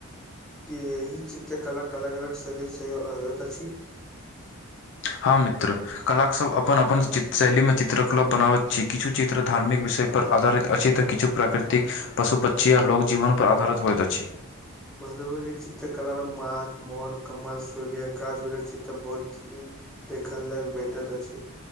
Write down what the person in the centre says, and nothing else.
के एहि चित्र कलाक कलग अलग शैली से होयत अछि।
मधुबनी चित्रकलामे माँछ मोर कमल सूर्य गाछ विरिक्षित तऽ बहुत देखल लेल भेटत अछि।